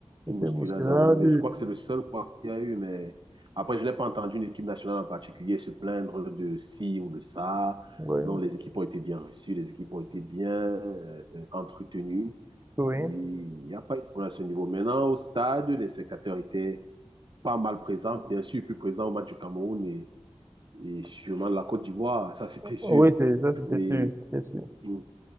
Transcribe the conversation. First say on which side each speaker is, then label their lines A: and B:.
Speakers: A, on the right (about 50°); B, on the right (about 25°).
A: une
B: c'était
A: bousculade
B: une bousculade.
A: dans l'NB. Je crois que c'est le seul quoi qu'il y a eu, mais après, je n'ai pas entendu une équipe nationale en particulier se plaindre de ci ou de ça.
B: Oui,
A: Non, les équipes ont été bien reçues, les équipes ont été bien euh, euh, entretenues.
B: oui.
A: Il n'y a pas eu de problème à ce niveau. Maintenant, au stade, les spectateurs étaient pas mal présents, bien sûr, plus présents au match du Cameroun et, et sûrement de la Côte d'Ivoire, ça <laughs> c'était sûr.
B: Oui, c'est ça, c'était
A: Et,
B: sûr, c'était sûr.
A: mm,